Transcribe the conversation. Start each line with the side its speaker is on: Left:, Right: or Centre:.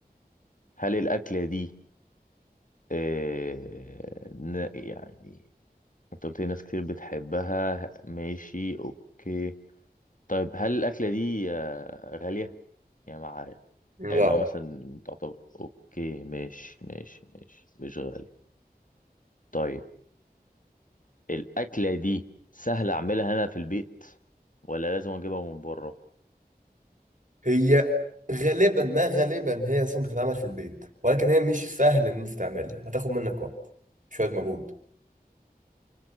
Left: هل الاكله دي آه... ن- يعني انت قلت لي ناس كتير بتحبها ماشي اوكي طيب هل الاكله دي آه، غاليه يعني معايا
Right: لا
Left: اللي هو مثلا تعتبر اوكي ماشي ماشي ماشي مش غالي طيب الاكله دي سهل اعملها هنا في البيت ولا لازم اجيبها من بره
Right: هي غالبا ما غالبا هي اصلا بتتعمل في البيت ولكن هي مش سهل ان انت تعملها هتاخد منك وقت شويه مجهود